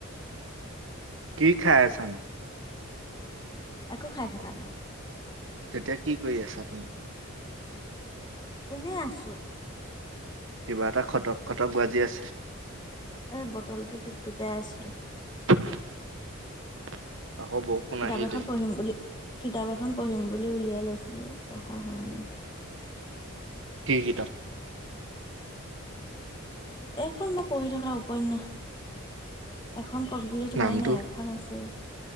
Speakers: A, on the right; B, on the left.
A: কি খায় আছানু।
B: একো খাই থকা নাই।
A: তেতিয়া কি কৰি আছা তুমি।
B: এনেই আছো।
A: কিবা এটা খটক-খটক বাজি আছে।
B: এ বটলটো টুকটুকাই আছিলো।
A: <unintelligible> বৰষুণ
B: কিতাপ
A: আহিলেই।
B: এখন পঢ়িম বুলি, কিতাপ এখন পঢ়িম বুলি উলিয়াই লৈছিলো পঢ়া হয়নে।
A: কি কিতাপ?
B: এইখন মই পঢ়ি থকা উপন্যাস। এখন কমপ্লিট হোৱাই
A: নামটো?
B: নাই এখন আছে।